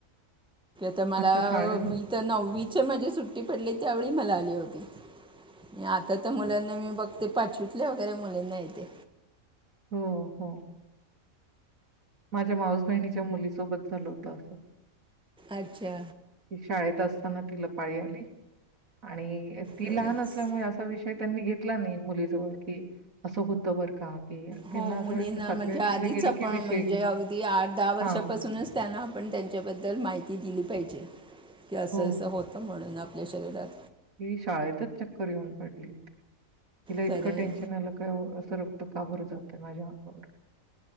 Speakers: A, in the centre; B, on the right.
A: तर मला
B: आता शाळे
A: इथ नववीच्या माझी सुट्टी पडली त्यावेळी मला आली होती. आता तर मुलांना मी बघते पाचवीतल्या वगैरे मुलींना य ते
B: हो हो माझ्या माऊस बहिणीच्या मुलीसोबत झालं होतं असं.
A: अच्छा
B: शाळेत असताना ती लपाळी आली आणि ती
A: खरंच
B: लहान असल्यामुळे असा विषय त्यांनी घेतला नाही मुली जवळ की असं होतं बर का की त्यांना
A: हो
B: असं
A: मुलींना
B: वाटलं
A: म्हणजे आधीच
B: ला गेली
A: आपण
B: की विषय
A: म्हणजे
B: घेऊ.
A: अगदी आठ दहा वर्षापासूनच
B: हां.
A: त्यांना आपण त्यांच्याबद्दल माहिती दिली पाहिजे की असं
B: हो.
A: असं होत. म्हणून आपल्या शरीरात
B: ती शाळेतच चक्कर येऊन पडली होती तिला इतकं
A: खरं आहे
B: टेन्शन आलं काय असं. तो काबरू जातोय माझ्या हकावर